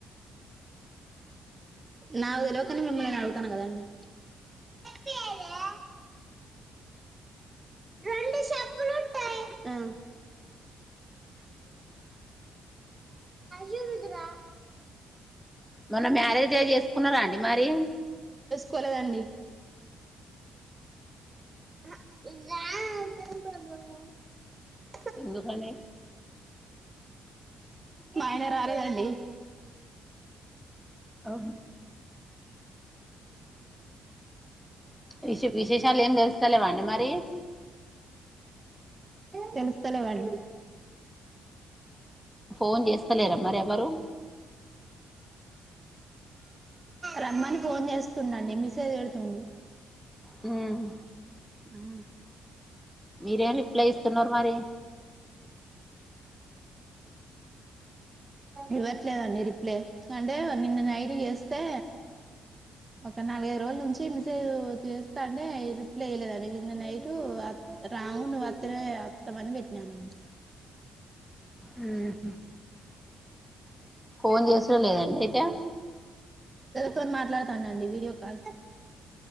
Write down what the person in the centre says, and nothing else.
మొన్న మ్యారేజ్ డే చేసుకున్నారా అండి మరి.
ఎందుకాండీ
ఓ విశే విశేషాలు ఏం తెలుస్తలేవాండి మరి
ఫోన్ చేస్తలేరా మరి ఎవ్వరు
మ్
మీరేం రిప్లై ఇస్తున్నారు మరి
మ్ హు ఫోన్ చేసుడే లేదండి అయితే